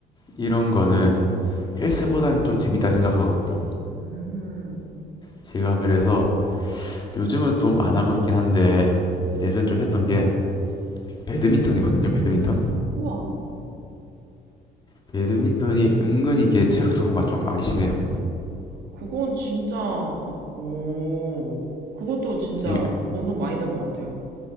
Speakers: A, on the left (about 25°); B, on the right (about 70°).
A: 이런 거는 헬스보다는 좀 재밌다 생각하거든요.
B: 음.
A: 제가 그래서 요즘은 좀 안 하고 있긴 한데 예전에 좀 했던 게 배드민턴이거든요, 배드민턴.
B: 우와.
A: 배드민턴이 은근히 이게 체력 소모가 좀 많이 심해요.
B: 그건 진짜, 오, 그것도 진짜
A: 이게
B: 운동 많이 될 것 같아요.